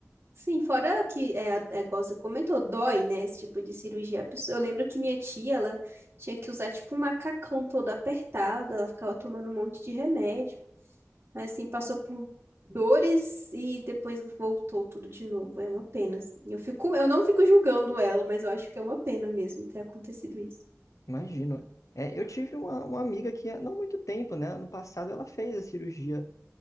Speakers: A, on the right; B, on the left.
A: Sim, fora que, é, a- é igual você comentou, dói, né, esse tipo de cirurgia. A pessoa- Eu lembro que minha tia, ela tinha que usar, tipo, um macacão todo apertado, ela ficava tomando um monte de remédio. assim, passou por dores e depois voltou tudo de novo. É uma pena. assim. Eu fico, eu não fico julgando ela, mas eu acho que é uma pena mesmo ter acontecido isso.
B: Imagino. É, eu tive uma, uma amiga que há não muito tempo, né? Ano passado ela fez a cirurgia